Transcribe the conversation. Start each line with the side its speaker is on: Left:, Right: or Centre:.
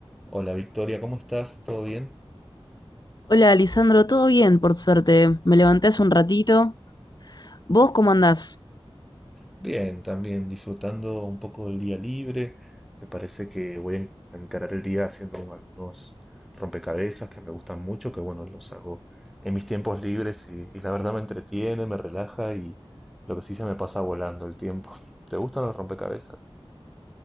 Centre: Hola Victoria, ¿cómo estás? ¿Todo bien?
Left: Hola, Lisandro, todo bien, por suerte. Me levanté hace un ratito. ¿Vos cómo andás?
Centre: Bien, también disfrutando un poco del día libre. Me parece que voy a en- a encarar el día haciendo algunos rompecabezas que me gustan mucho, que bueno, los hago en mis tiempos libres y, y la verdad me entretiene, me relaja y lo que sí se me pasa volando el tiempo. <laughs> ¿Te gustan los rompecabezas?